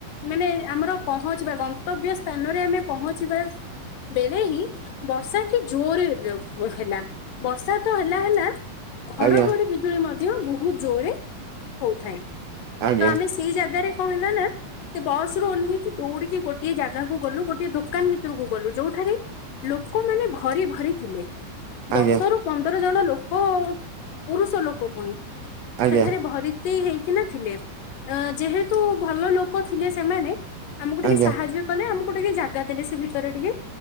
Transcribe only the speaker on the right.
ଆଜ୍ଞା
ଆଜ୍ଞା।
ଆଜ୍ଞା
ଆଜ୍ଞା
ଆଜ୍ଞା